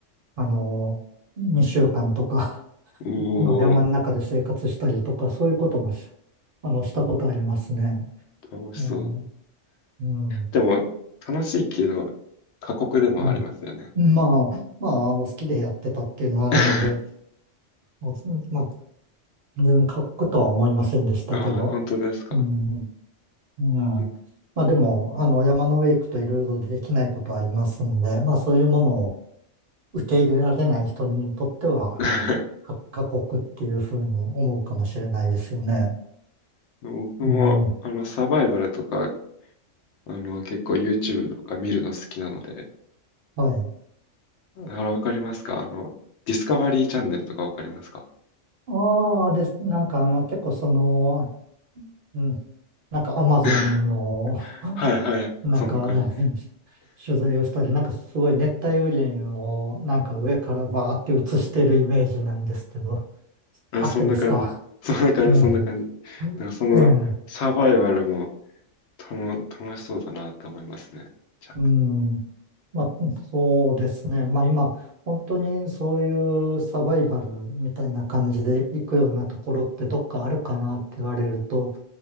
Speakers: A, on the right; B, on the left.
A: あのー、2週間とか
B: お
A: <laughs> あの、山の中で生活したりとか、
B: お、
A: そういうこともし、あの、したことありますね。
B: 楽しそう。
A: うん。うん。
B: でも、楽しいけど、過酷でもありますよね。
A: うんまあ、まあ、あの、好きでやってたっていうのはあるので、
B: <laughs>
A: もうずまあ、全然過酷とは思いませんでしたけど、
B: ああ、本当ですか。
A: うん、うん。
B: うん
A: まあでも、あの、山の上行くといろいろできないことはありますんで、まあそういうものを受け入れられない人にとっては、
B: <laughs>
A: か過酷っていうふうに思うかもしれないですよね。
B: 僕も、
A: うん、
B: あの、サバイバルとか、あの、結構 YouTube とか見るの好きなので、
A: はい。
B: あら、わかりますかあの、ディスカバリーチャンネルとかわかりますか
A: ああ、です。なんかあの、結構その、うん、なんかアマゾンの
B: <laughs> はいはい。
A: なんか
B: そんな感じ。
A: <laughs> 取材をしたり、なんかすごい熱帯雨林をなんか上からバーって映してるイメージなんですけど、
B: あ、
A: 合ってますか
B: そんな感じ。そんな感じ、
A: ええ
B: そんな感じ。だからその、
A: <laughs>、ええ、
B: サバイバルも、たの、楽しそうだなって思いますね。じゃ
A: うん。まあ、そうですね。まあ今、本当にそういうサバイバルみたいな感じで行くようなところってどっかあるかなって言われると、